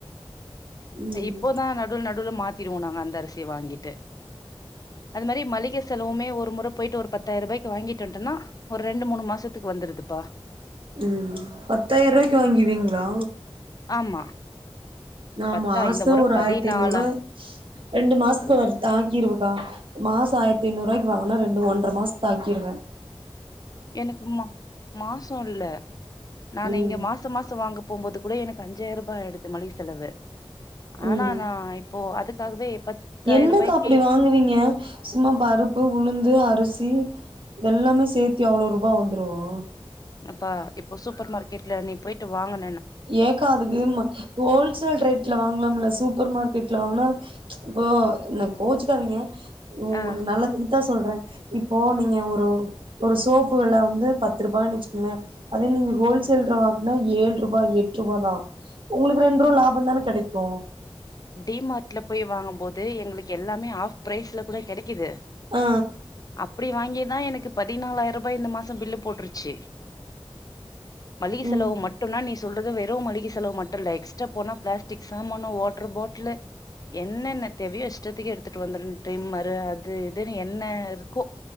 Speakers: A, on the right; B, on the left.
A: ம்
B: இப்போதா நடுவுல நடு மாத்திடுவோ நாங்க அந்த அரிசிய வாங்கிட்டு அது மாரி மளிக செலவுமே ஒரு முற போயிட்டு ஒரு பத்தாயிரபாய்க்கு வாங்கிட்டு வட்டோம்ன்னா ஒரு ரெண்டு மூணு மாசத்துக்கு வந்துடுதுப்பா
A: ம் பத்தாயிரவாய்க்கு வாங்கீருவீங்களா
B: ஆமா
A: நா
B: பத்தா
A: மாசம்
B: இந்த முறை
A: ஒரு
B: பதினாலா
A: ஆயிரத்தி ஐநூறு ரூவா ரெண்டு மாசத்துக்கு தாக்கிருவேக்கா மாசம் ஆயிரத்தி ஐநூறுபாய்க்கு வாங்கனா ரெண்டு ஒன்ற மாச தாக்கிடுவேன்
B: எனக்கு மா மாசோ இல்ல நா
A: ம்
B: இங்க மாச மாசம் வாங்க போகும்போது கூட எனக்கு அஞ்சாயிருபா ஆயிடுது மளிக செலவு ஆனா
A: ம்
B: நா இப் போ அதுக்காகவே பத்தாயிரம்
A: என்னக்கா
B: ரூபாய்க்கு
A: அப்புடி வாங்குவிங்க சும்மா பருப்பு உளுந்து அரிசி எல்லாமே சேத்தி அவ்ளோ ரூபா வந்துருமா
B: அப்பா இப்ப சூப்பர் மார்க்கெட்ல நீ போய்ட்டு வாங்கு
A: ஏக்கா அதுக்கு ம் ஹோல்சேல் ரேட்ல வாங்கலாம்ல சூப்பர் மார்க்கெட்ல வாங்னா இப்போ என்ன கோச்சுகாதிங்க உங்குளுக்கு
B: ஆ
A: நல்லதுக்குதா சொ ல்றே இப்போ நீங்க ஒரு ஒரு சோப்பு வெல வந்து பத்து ருபானு வெச்சுக்குங்ளே அதே நீங்க ஹோல்சேல்ர வாங்னா ஏழு ருபா எட்ருபா தா உங்களுக்கு ரெண்டுருவா லாபந்தான கெடைக்கு
B: டி மார்ட்ல போய் வாங்கும் போது எங்ளுக்கு எல்லாமே ஹாஃப் ப்ரைஸ்ல கூட கெடைக்குது
A: ஆ
B: அப்டி வாங்கிதா எனக்கு பதினாலாயிருபா இந்த மாச பில்லு போட்ருச்சு மளிக
A: ம்
B: செலவு மட்டுனா நீ சொல்றது வெ று மளிக செலவு மட்டு இல்ல எக்ஸ்ட்ரா போனா பிளாஸ்டிக் சாமான வாட் ர பாட்லு என்னென்ன தேவையோ இஷ்டத்துக்கு எடுத்துட்டு வந்துரு டிரிம்மரு அது இதுனு என்ன இருக்கோ